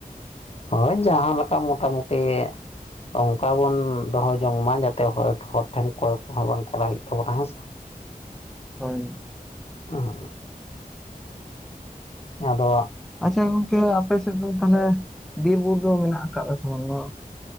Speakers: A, on the left (about 40°); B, in the centre.
A: ᱦᱳᱭ ᱡᱟᱦᱟᱸ ᱞᱮᱠᱟ ᱢᱚᱴᱟᱢᱩᱴᱤ ᱚᱱᱠᱟ ᱵᱚᱱ ᱫᱚᱦᱚ ᱡᱚᱝ ᱢᱟ ᱡᱟᱛᱮ ᱦᱚᱲ ᱦᱚᱲ ᱴᱷᱮᱱ ᱠᱚᱭ ᱠᱚᱦᱚᱸ ᱵᱟᱝ ᱪᱟᱞᱟᱣ ᱦᱩᱭᱩᱜ ᱛᱟᱵᱚᱱᱟ ᱦᱮᱸ ᱥᱮ
B: ᱦᱳᱭ
A: ᱦᱮᱸ ᱦᱮᱸ ᱟᱫᱚ
B: ᱟᱪᱪᱷᱟ ᱜᱚᱝᱠᱮ ᱟᱯᱮ ᱥᱮᱫ ᱫᱚ ᱛᱟᱦᱚᱞᱮ ᱵᱤᱨᱵᱩᱨᱩ ᱫᱚ ᱢᱮᱱᱟᱜ ᱟᱠᱟᱫᱟ ᱥᱮ ᱵᱟᱝᱢᱟ